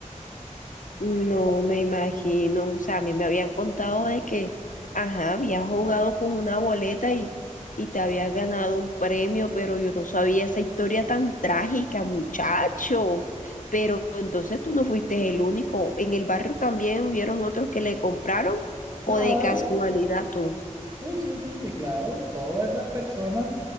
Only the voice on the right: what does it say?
Claro,
sí, sí, sí, sí, claro. Todas esas personas